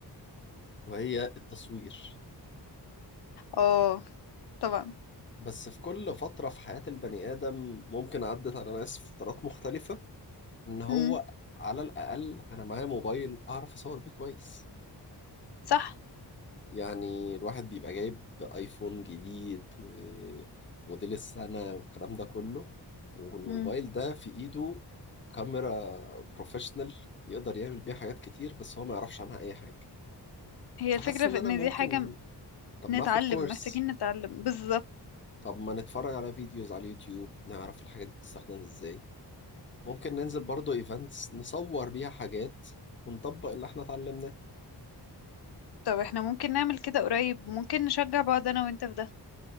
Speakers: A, on the left; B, on the left.
A: وهي التصوير
B: آه طبعا
A: بس في كل فترة في حياة البني آدم ممكن عدت على ناس في فترات مختلفة إن هو
B: مم.
A: على الأقل أنا معايا موبايل أعرف أصور بيه كويس
B: صح
A: يعني الواحد بيبقى جايب آيفون جديد وموديل السنة والكلام ده كله والموبايل
B: مم.
A: ده في إيده كاميرا بروفيشنال يقدر يعمل بيها حاجات كتير بس هو ما يعرفش عنها أي حاجة
B: هي
A: فحاسس
B: الفكرة
A: إن
B: في
A: أنا
B: إن
A: ممكن
B: دي حاجة
A: طب
B: نتعلم
A: ما اخد كورس
B: محتاجين نتعلم بالظبط
A: طب ما نتفرج على فيديوز على اليوتيوب نعرف الحاجات دي بتستخدم ازاي ممكن ننزل برضو ايفنتس نصور بيها حاجات ونطبق اللي احنا اتعلمناه
B: طب احنا ممكن نعمل كده قريب ممكن نشجع بعض انا وانت في ده